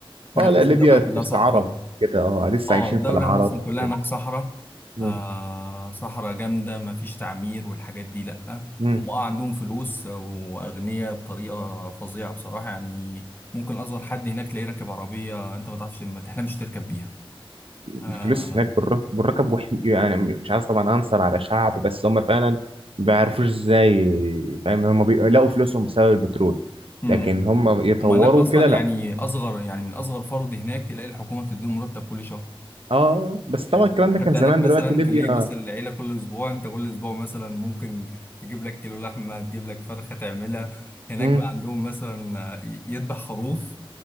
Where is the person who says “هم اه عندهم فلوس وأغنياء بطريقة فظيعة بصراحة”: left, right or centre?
Left